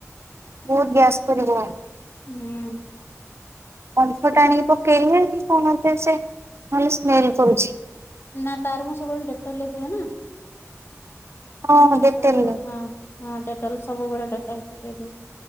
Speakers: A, on the right (about 55°); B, on the left (about 45°).
A: ବହୁତ ଗ୍ୟାସ କରିବ।
B: ହୁଁ।
A: କମ୍ଫର୍ଟ ଆଣିକି ପକେଇଲେ ବି କଣ ଏମିତି ସେ ନ ହେଲେ ସ୍ମେଲ କରୁଛି।
B: ନା ତାର ମୁଁ ସବୁବେଳେ ଡେକ୍ଟଲ୍ ରେଧୁଏ ନା!
A: ହଁ ଡେଟେଲ
B: ସବୁ
A: ରେ
B: ହଁ। ହଁ ଡେକ୍ଟଲ୍ ସବୁବେଳେ ଡେକ୍ଟଲ୍ ପକେଇକି